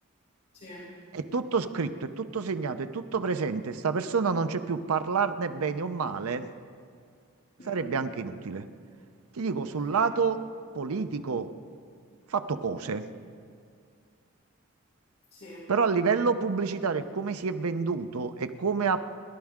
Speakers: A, on the left; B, on the right.
A: sì.
B: è tutto scritto, è tutto segnato, è tutto presente, sta persona non c'è più, parlarne bene o male sarebbe
A: Mm.
B: anche inutile. Ti dico, sul
A: Sì,
B: lato politico, ho fatto cose.
A: sì,
B: Però a livello pubblicitario, e come si è venduto e come ha